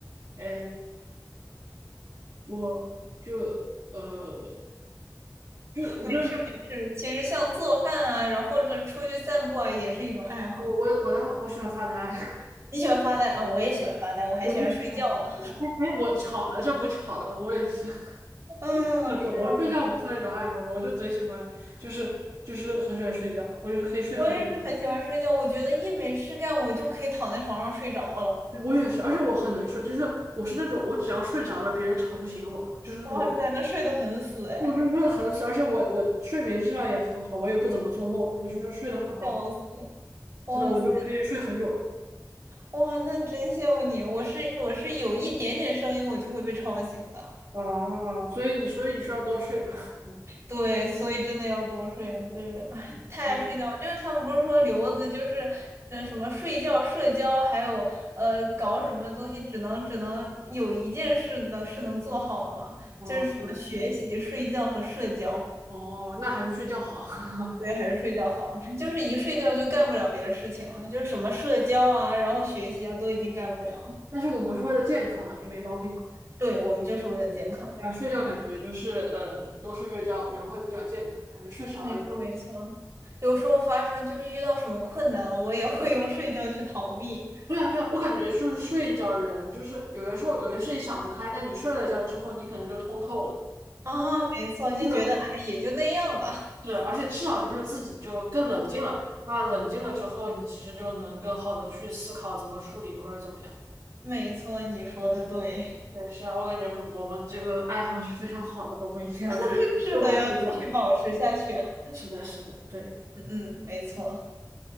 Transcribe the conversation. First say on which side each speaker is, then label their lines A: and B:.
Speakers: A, on the right; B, on the right.
A: 呃，我就呃，就我就
B: 没事没事，其实像做饭啊，然后或者出去散步啊，也是一种爱好。
A: 我我我的话我喜欢发呆。<laughs>
B: 你喜欢发呆啊，我也喜欢发呆，我还喜欢睡觉呢。
A: 我就是，嗯哎哎，我吵了，就不吵了，我也是。
B: <laughs> 嗯，
A: <laughs> 那怎么睡觉不算一种爱好呢？
B: 是的，我
A: 我就贼喜欢，就是就是很喜欢睡觉，我就可以睡很久。
B: 我也是很喜欢睡觉，我觉得一没事干，我就可以躺在床上睡着了。
A: 我也是，而且我很能睡，就是我是那种我只要睡着了，别人吵不醒我，就是那种
B: 哇塞，那睡得很死哎，
A: 我就睡得很死，而且我我睡眠质量也很好，我也不怎么做梦，我就是睡得很好，
B: 笑死！哇塞，
A: 真的我就可以睡很久
B: 哇，那真羡慕你，我是我是有一点点声音我就会被吵醒的。
A: 了啊。所以你所以你需要多睡嘛，<laughs> 嗯，
B: 对，所以真的要多睡，就是哎，太爱睡觉了就是他们不是说留子，
A: 是
B: 就是呃什么睡觉、社交，还有呃搞什么东西，只能只能有一件事能是能做好的吗？
A: 啊，是的，
B: 学习、
A: 嗯，
B: 睡觉和社交。
A: 哦，那还是睡觉好。<laughs>
B: 对，还是睡觉好，就是一睡觉就干不了别的事情了，就是什么社交啊，然后学习啊，都已经干不了。
A: 但是我们是为了健康嘛，也没毛病。
B: 对，我们就是为了健康。
A: 对啊，睡觉感觉就是呃，多睡睡觉人会比较健康，感觉睡少了人都不。
B: 没错，没错。有时候发生就是遇到什么困难了，我也会用睡觉去逃避。
A: 对啊，对啊，我感觉就是睡一觉人，就是有的时候有些事情想不开，但你睡了觉之后，你可能就通透了。
B: 啊，没错，就觉得哎，
A: 是
B: 也就那样吧。<laughs>
A: 对啊，而且至少就是自己就更冷静了吧。那冷静了之后，你其实就能更好的去思考怎么处理或者怎么样。
B: 没错，你说的对，
A: 对，是啊，我感觉嗯，我们这个爱好是非常好的，我们一定要多多睡觉。
B: <laughs> 是的，要继续保持下去啊。
A: 是的，是的，对，
B: 嗯嗯，没错。